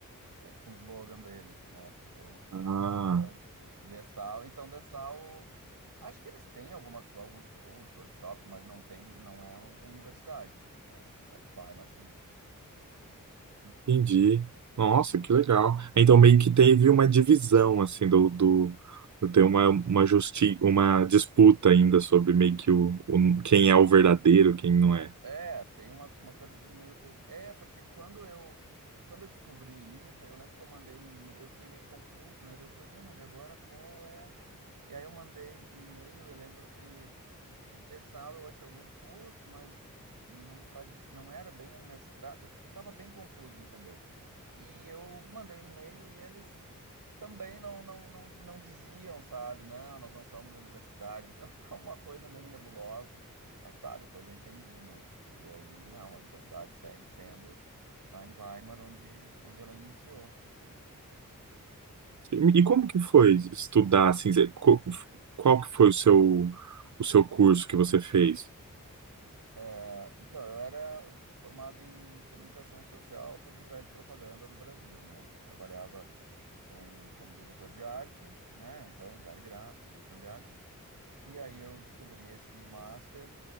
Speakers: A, on the right; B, on the right.
A: É tipo um slogan deles, né? Então, que
B: ah.
A: não, então, Dessau, então Dessau, acho que eles têm algumas, co- alguns cursos, workshops, mas não tem, não é uma universidade, né? A Weimar, sim.
B: Entendi. Nossa, que legal. Então meio que teve uma divisão assim do, do tem uma uma justi uma disputa ainda sobre meio que o, o- quem é o verdadeiro, quem não é.
A: É, tem uma, uma coisa assim meio culta. É, porque quando eu quando eu descobri isso, aí eu lembro que eu mandei, e-mail- eu fiquei meio confuso, né? Deu, pois é, mas e agora qual é? E aí eu mandei e-mail, eu lembro que dessal eu achei alguns cursos, mas não parecia, não era bem um mestrado, eu tava bem confuso de entender. E eu mandei um e-mail e eles também não, não, não, não diziam, sabe? Não, nós não somos universidade. Então <laughs> ficou uma coisa meio nebulosa. Mas tá, depois eu entendi, né? E aí, não, a universidade segue sendo lá em Weimar, onde, onde ela iniciou, né?
B: E como que foi estudar assim, você- co- qual que foi o seu o seu curso que você fez?
A: É, então, eu era formado em comunicação social, publicidade e propaganda no Brasil, né? Trabalhava com, como diretor de arte, né? Então, design gráfico, direção de arte. E aí eu descobri esse master,